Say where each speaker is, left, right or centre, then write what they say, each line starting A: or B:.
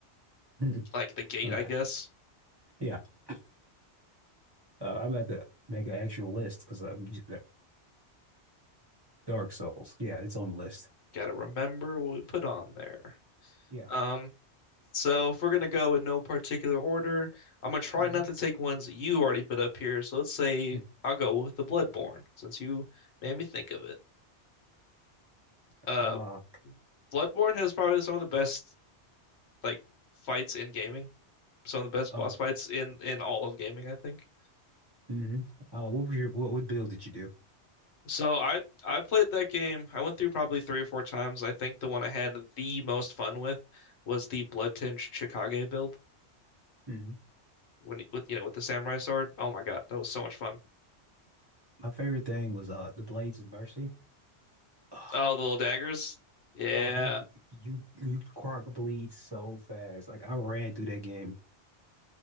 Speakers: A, on the right (about 25°); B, on the left (about 70°).
A: <laughs>
B: like the gate,
A: Uh,
B: I guess.
A: yeah, uh, I'm about to make an actual list because I'm j- uh, Dark Souls. Yeah, it's on the list.
B: Gotta remember what we put on there.
A: Yeah.
B: Um, so if we're gonna go in no particular order, I'm gonna try
A: Mhm.
B: not to take ones you already put up here. So let's say
A: <laughs>
B: I'll go with the Bloodborne since you made me think of it. Uh,
A: Uh,
B: Bloodborne has probably some of the best like fights in gaming, some of the best
A: uh,
B: boss fights in in all of gaming, I think.
A: mhm. Uh, what was your what, what build did you do?
B: So I I played that game. I went through probably three or four times. I think the one I had the most fun with was the Bloodtinge Chickage build.
A: Mm-hmm.
B: when he- with you know with the samurai sword. Oh my God, that was so much fun.
A: My favorite thing was uh the Blades of Mercy. Oh,
B: Oh, the little daggers. Yeah,
A: um, you you Quark bleed so fast. Like I ran through that game.